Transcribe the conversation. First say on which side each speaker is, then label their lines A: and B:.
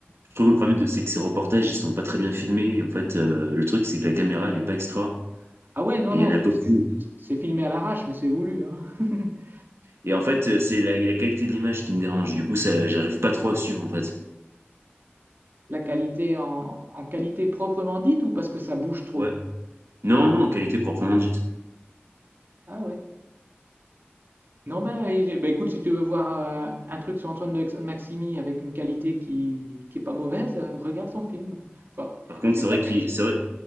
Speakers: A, on the right; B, on the right.
A: je trouve le problème, de- c'est que ses reportages, ils sont pas très bien filmés. En fait, euh, le truc, c'est que la caméra, elle est pas extra.
B: Ah ouais, non,
A: Et
B: non,
A: il y en a
B: c'est
A: beaucoup.
B: c'est- c'est filmé à l'arrache, mais c'est voulu, hein. <laughs>
A: Et en fait, euh, c'est la, la qualité de l'image qui me dérange. Du coup, ça, j'arrive pas trop à suivre, en fait.
B: La qualité en, en qualité proprement dite ou parce que ça bouge trop?
A: Ouais. Non, non, qualité proprement dite.
B: Ah ouais. Non, ben, eh, ben, écoute, si tu veux voir euh, un truc sur Antoine de Maximi avec une qualité qui, qui est pas mauvaise, euh, regarde son film. Enfin,
A: Par contre,
B: c'est
A: c'est vrai
B: pas excep-
A: qu'il, c'est vrai,